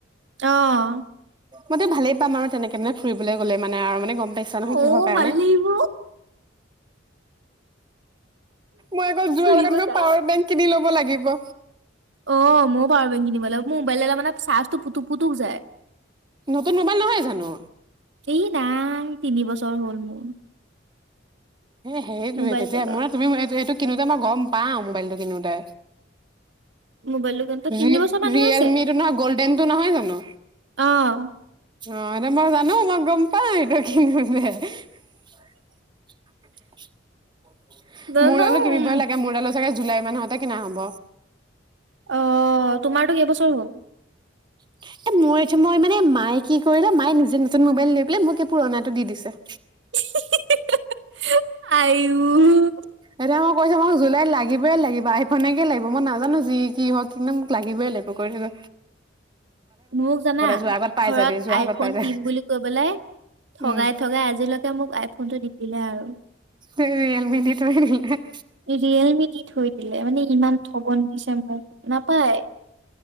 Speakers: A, on the right (about 70°); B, on the right (about 25°).
A: আহ
B: মইতি ভালেই পাম আৰু তেনেকেনে ফুৰিবলৈ গ'লে মানে আৰু মানে গম পাইছা নহয়
A: অ
B: কিহৰ কাৰণে
A: ভাল লাগিব
B: মই আকৌ যোৱাৰ
A: ফুৰিব
B: আগত মই
A: যাম
B: পাৱাৰ বেংক কিনি লব লাগিব।
A: অ ময়ো পাৰো বেং কিনিবল মোৰ মোবাইল মানে চাৰ্জটো পুুক পুতুক যায়।
B: নতুন মোবাইল নহয় জানো।
A: এই নাাম তিনি বছৰ হ'ল মোৰ।
B: এ সেৰিটোয়ৱে
A: মোবাইল
B: তেতিয়া
A: ডালৰ
B: মান তুমি এই এইটো কিনোতে মই গম পাওঁ মোবাইলটো কিনোতে।
A: মোবাইল কিনোতে তিনিবছৰ
B: ৰি
A: মানুহ
B: ৰিয়েলমিটো
A: হৈছে
B: নহয় গ'ল্ডেনটো নহয় জানো
A: অহ।
B: অ এনে মই জানো মই গম পা এইটো কিনোতে। <unintelligible>
A: জানো
B: মোৰ আলু কিনিব লাগে মোৰ আলু চাগে জুলাই মাহতে কিনা হ'ব।
A: অ তোমাৰতো কেইবছৰ হ'ল?
B: <inaudible> মই এইটো মই মানে মায়ে কি কৰিল মায়ে নিজে নতুন মোবাইল লৈ পেলাই মোক পুৰণাটো দি দিছে।
A: ই সিঃ সিঃসিঃ আইও
B: এতিয়া মই কৈছো মোক জুলাইত লাগিবই লাগিব আইফনেকে লাগিব মই নাজানো যি কি হওক কিন্তু মোক লাগিবই লাগিব কৈ থলো।
A: মোক জানা
B: যোৱাৰ আগত পাই
A: ঘৰত
B: যাবি যোৱাৰ
A: আইফোন
B: আগত পাই যাবি
A: দিম বুলি কৈ পেলাই ঠগাই
B: উম
A: ঠগাই আজিলৈকে মোক আইফোন টো দি দিলে আৰু।
B: ৰিয়েলমি‌ দি‌ থৈ দিলে।
A: ৰিয়েলমি দি থৈ দিলে মানে ইমান ঠগন দিছে মোক নাপায়।